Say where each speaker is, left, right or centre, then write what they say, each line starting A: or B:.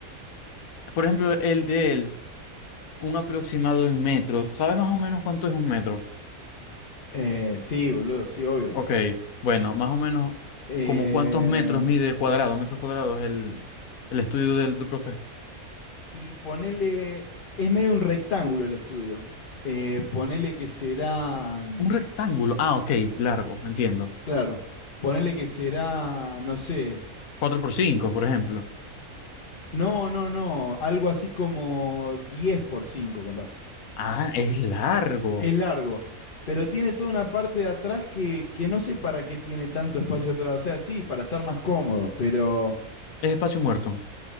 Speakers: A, on the left (about 75°); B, on the left (about 45°).
A: Por ejemplo, el de él, un aproximado en metros. ¿Sabes más o menos cuánto es un metro?
B: Eh, sí, boludo, sí, obvio.
A: Ok, bueno, más o menos,
B: Eh,
A: como cuántos metros mide cuadrados, metros cuadrados el, el estudio del tu profe?
B: y ponele, es medio un rectángulo el estudio. Eh, ponele que serán,
A: Un rectángulo. Ah, ok, largo, entiendo.
B: claro, ponele que será, no sé,
A: 4 por 5, por ejemplo.
B: no, no, no, algo así como diez por cinco, capaz.
A: Ah, es largo.
B: Es largo, pero tiene toda una parte de atrás que, que no sé para qué tiene tanto espacio atrás. O sea, sí, para estar más cómodo, pero...
A: Es espacio muerto.